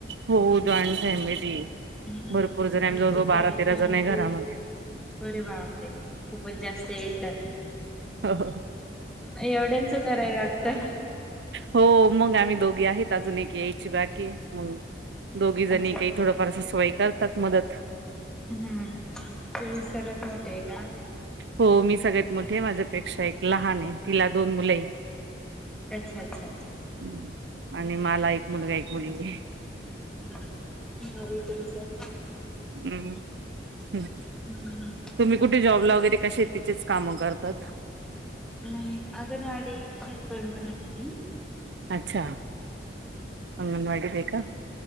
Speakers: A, on the right (about 70°); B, in the centre.
A: हो जॉईन फॅमिली,
B: हम्म.
A: भरपूर जण आहे आम्ही
B: आमची
A: जवळ-जवळ
B: जॉईंट
A: बारा तेरा
B: फॅमिली
A: जण आहे घरामध्ये.
B: अरे बापरे! खूपच जास्तये हे तर.
A: हो हो.
B: एवढ्यांचं कराय लागतं.
A: हो मग आम्ही दोघी आहेत अजून एक येय ची बाकी आहे मंग दोघी जणी
B: अच्छा
A: काही
B: अच्छा
A: थोडंफार सासूबाई करतात मदत.
B: हम्म तुम्ही सर्वात मोठे आहे का?
A: हो मी सगळ्यात मोठी आहे माझ्यापेक्षा एक लहान आहे तिला दोन मुलंये.
B: अच्छा अच्छा.
A: हम्म आणि माला एक मुलगा एक मुलगी हाय.
B: हम्म भारी तुमचा.
A: उम्म हम्म.
B: हम्म.
A: तुम्ही कुठे जॉबला वगैरे का, शेतीचेच कामं करतात?
B: नाही, अंगणवाडी हेल्पर म्हणून ये मी.
A: अच्छा, अंगणवाडीत ये का?